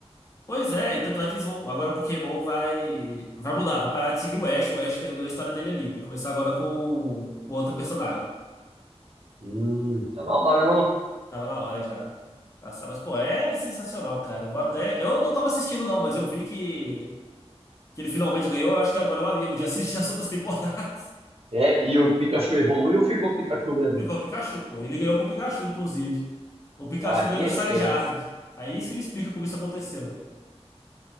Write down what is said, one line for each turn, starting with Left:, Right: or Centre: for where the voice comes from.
Left: Pois é, e tanto é que eles vão. Agora Pokémon vai. Vai mudar, vai parar de seguir o Ash. O Ash terminou a história dele ali. Vai começar agora com, com outro personagem.
Right: Hum, tá na hora, não?
Left: Tava na hora já. Nossa, mas pô, é sensacional, cara. Eu Vou até. Eu não tava assistindo, não, mas eu vi que, que ele finalmente ganhou. Eu acho que agora eu animo de assistir <laughs> as outras temporadas.
Right: É, e o Pikachu evoluiu ou ficou Pikachu mesmo?
Left: <laughs> Ficou o Pikachu, pô. Ele ganhou com o Pikachu, inclusive. O Pikachu
Right: Ah, tinha
Left: ganhou do Charizard.
Right: que ser, né?
Left: Aí você me explica como isso aconteceu.